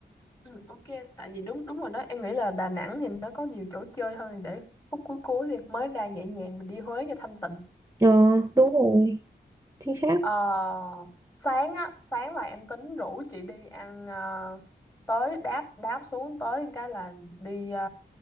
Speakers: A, on the left; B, on the right.
A: ừ, ok. Tại vì đúng đúng rồi đó. Em nghĩ là Đà Nẵng thì nó có nhiều chỗ chơi hơn để khúc cuối cuối đi mới ra nhẹ nhàng mình đi Huế cho thanh tịnh.
B: Ờ, đúng rồi, chính xác.
A: Ờ, sáng á, sáng là em tính rủ chị đi ăn ờ, tới đáp đáp xuống tới cái là đi ờ,